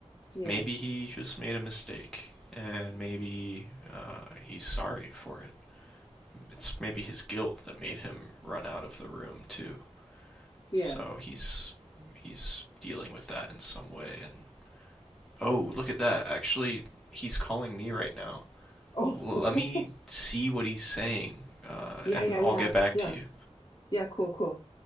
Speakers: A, on the left; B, in the centre.
A: Yeah.
B: Maybe he just made a mistake and maybe uh, he's sorry for it. It's maybe his guilt that made him run out of the room too.
A: Yeah.
B: So he's he's dealing with that in some way. And oh, look at that! Actually, he's calling me right now.
A: Oh.
B: let
A: <laughs>
B: me see what he's saying, uh,
A: Yeah,
B: and
A: yeah,
B: I'll
A: yeah.
B: get back
A: Yeah.
B: to you.
A: Yeah, cool, cool.